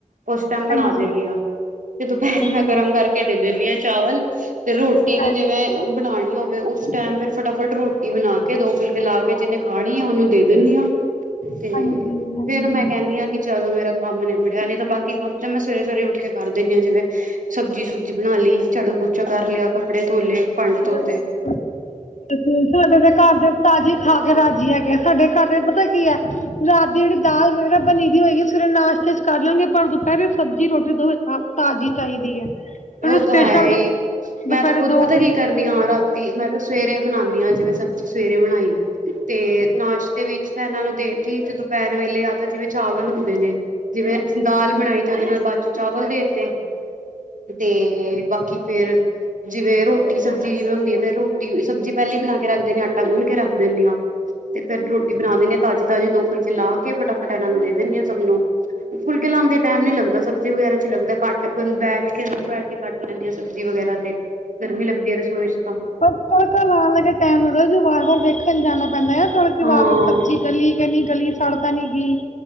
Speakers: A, on the right (about 75°); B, on the left (about 65°).
A: ਉਸ ਟਾਈਮ
B: ਹਾਂਜੀ
A: ਬਣਾ ਦੀਣੀ ਆ। ਤੇ ਦੁਪਹਿਰੇ
B: ਅੱਛਾ
A: ਮੈਂ ਗਰਮ ਕਰਕੇ ਦੇ ਦਿੰਨੀ ਆ ਚਾਵਲ ਤੇ ਰੋਟੀ ਤੇ
B: ਹਾਂਜੀ
A: ਜਿਵੇਂ ਬਣਾਣੀ ਹੋਵੇ ਉਸ ਟਾਈਮ ਫਿਰ ਫਟਾਫਟ ਰੋਟੀ ਬਣਾ ਕੇ ਦੋ ਫੁਲਕੇ ਲਾ ਕੇ ਜਿਹਨੇ ਖਾਣੀ ਆ ਉਹਨੂੰ ਦੇ ਦਿੰਨੀ ਆ।
B: ਹਾਂਜੀ
A: ਤੇ
B: ਹਾਂਜੀ
A: ਫੇਰ ਮੈਂ ਕਹਿੰਣੀ ਆ ਕਿ ਚਲੋ ਮੇਰਾ ਕੰਮ ਨਿਬੜਿਆ ਨਹੀਂ ਤਾਂ ਬਾਕੀ ਕਿ ਕੰਮ ਤਾਂ ਮੈਂ ਸਵੇਰੇ-ਸਵੇਰੇ ਉੱਠ ਕੇ ਕਰ ਦਿਣੀ ਆ ਜਿਵੇਂ ਸਬਜ਼ੀ-ਸੁਬਜੀ ਬਣਾ ਲੀ, ਝਾੜੂ ਪੋਚਾ ਕਰ ਲਿਆ। ਕੱਪੜੇ ਧੋ ਲਏ। ਭਾਂਡੇ
B: ਅ
A: ਧੋਤੇ
B: ਸਾਡੇ ਦੇ ਘਰ ਦੇ ਤਾਜ਼ੀ ਖਾ ਕੇ ਰਾਜੀ ਹੈਗੇ। ਸਾਡੇ ਘਰ ਦੇ ਪਤਾ ਕੀ ਐ ਰਾਤ ਦੀ ਜਿਹੜੀ ਦਾਲ ਵਗੈਰਾ ਬਣੀ ਵੀ ਹੋਏਗੀ। ਫਿਰ ਨਾਸ਼ਤੇ ਕਰ ਲੈਣਗੇ ਪਰ ਦੁਪਹਿਰੇ ਸਬਜ਼ੀ ਰੋਟੀ ਤੋਂ ਤਾਜ਼ੀ ਚਾਹੀਦੀ ਹੈ ਮਤਲ
A: ਉਹ ਤਾਂ
B: ਸਪੈਸ਼ਲ
A: ਹੈ ਹੀ
B: ਦੁ-ਦੁਪਹਿਰੇ
A: ਮੈਂ ਤਾਂ ਖੁਦ
B: ਦੋ ਵਜੇ
A: <unintelligible> ਰਾਤੀ ਮੈਂ ਤੇ ਸਵੇਰੇ ਬਣਾਨੀ <unintelligible> ਅੱਜ ਮੈਂ ਸਬਜ਼ੀ ਸਵੇਰੇ ਬਣਾਈ ਤੇ ਨਾਸ਼ ਦੇ ਵਿੱਚ ਤਾਂ ਇਹਨਾਂ ਨੂੰ ਦੇਤੀ ਦੁਪਹਿਰ ਵੇਲੇ ਆ ਤਾਂ ਚਾਵਲ ਹੁੰਦੇ ਨੇ। ਜਿਵੇਂ ਦਾਲ ਬਣਾਈ ਤੇ ਉਹਦੇ ਨਾਲ ਬਾਚ ਚਾਵਲ ਦੇ ਤੇ। ਤੇ ਬਾਕੀ ਫੇਰ ਜਿਵੇਂ ਰੋਟੀ ਸਬਜ਼ੀ ਜਿਵੇਂ ਹੁੰਦੀ ਆ ਤੇ ਰੋਟੀ ਸਬਜ਼ੀ ਪਹਿਲੇ ਹੀ ਬਣਾ ਕੇ ਰੱਖ ਦਿੰਨੀ ਆ। ਆਟਾ ਗੁੰਨ ਕੇ ਰੱਖ ਦਿੰਦੇ ਆ। ਤੇ ਫੇਰ ਰੋਟੀ ਬਣਾ ਦਿੰਦੇ ਆ ਤਾਂਜੀ-ਤਾਂਜੀ ਦੋ ਫੁਲਕੇ ਲਾ ਕੇ ਫਟਾਫਟਾ ਇਹਨਾਂ ਨੂੰ ਦੇ ਦਿੰਦੇ ਹਾਂ ਸਭ ਨੂੰ। ਫੁਲਕੇ ਲਾਂਣਦੇ ਦੇ ਟਾਈਮ ਨੀ ਲੱਗਦਾ ਸਬਜ਼ੀ ਵਗੈਰਾ 'ਚ' ਲੱਗਦਾ ਘੱਟ ਬੰ ਬੈਠ ਕੇ ਅੰਦਰ ਬੈਠ ਕੇ ਕੱਟ ਲੈਂਦੇ ਆ। ਸਬਜ਼ੀ ਵਗੈਰਾ ਤੇ ਗਰਮੀ ਲੱਗਦੀ ਆ ਰਸੋਈ 'ਚ' ਤਾਂ
B: ਪਰ ਤੜਕਾ ਲਾਨ ਲੱਗੇ ਟੈਮ ਲੱਗਦਾ ਜੀ ਵਾਰ-ਵਾਰ ਵੇਖਣ ਜਾਣਾ ਪੈਂਦਾ ਆ ਤੜਕੇ
A: ਹਾਂ
B: ਵਾਰ-ਵਾਰ ਸਬਜ਼ੀ ਗਲੀ ਗਲੀ-ਗਲੀ, ਸੜ ਤਾਂ ਨੀ ਗੀ।